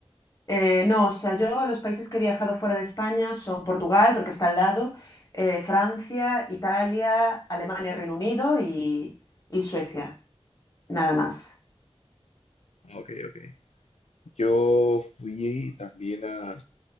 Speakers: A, on the left; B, on the left.
A: Eh, no, o sea, yo los países que he viajado fuera de España son Portugal, porque está al lado, eh, Francia, Italia, Alemania, Reino Unido y, y Suecia, nada más.
B: Ok, ok. Yo fui también a,